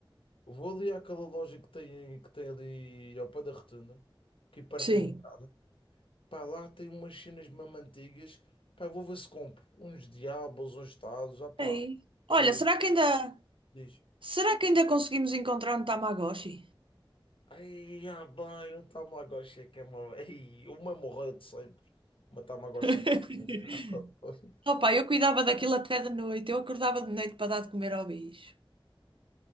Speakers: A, on the left; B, on the right.
A: Vou ali àquela loja que tem, que tem ali ao pé da Rotunda, que perto
B: Sim.
A: da minha casa. Pá, lá tem umas cenas mesmo antigas. Pá, eu vou ver se compro. Uns diabos, uns tazos. Ah, pá,
B: Aí. Olha,
A: olha aí,
B: será
A: tu
B: que ainda,
A: diz.
B: será que ainda conseguimos encontrar um Tamagotchi?
A: Ai, ah, bem, o Tamagotchi é que é uma... Ai, uma morreu de sempre. Uma Tamagotchi
B: <laughs>
A: morreu. Ah, pá, fónix.
B: Opa, eu cuidava daquilo até de noite, eu acordava de noite para dar de comer ao bicho.